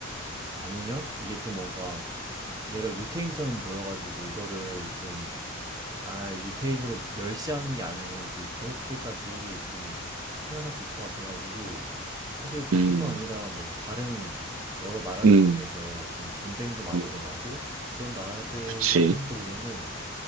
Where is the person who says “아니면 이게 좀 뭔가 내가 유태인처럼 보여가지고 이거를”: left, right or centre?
Right